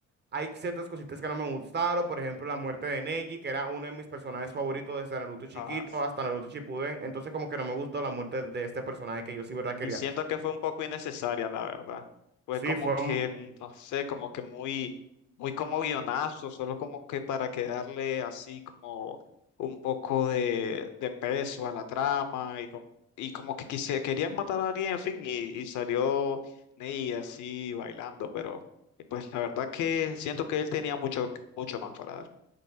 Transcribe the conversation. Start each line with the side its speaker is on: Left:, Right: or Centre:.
Right: hay ciertas cositas que no me gustaron, por ejemplo, la muerte de Neji, que era uno de mis personajes favoritos desde Naruto chiquito
Left: Ah,
Right: hasta Naruto Shippuden, entonces como que no me gustó la muerte de este personaje que yo sí, verdad, quería.
Left: Y siento que fue un poco innecesaria, la verdad. Fue
Right: Sí,
Left: como
Right: fue
Left: que,
Right: un-
Left: mm, no sé, como que muy, muy como guionazo, solo como que para quedarle así como un poco de, de peso a la trama y como, y como que quise, querían matar a alguien, en fin, y, y salió Ney así bailando, pero eh, pues la verdad que siento que él tenía mucho, mucho más para dar.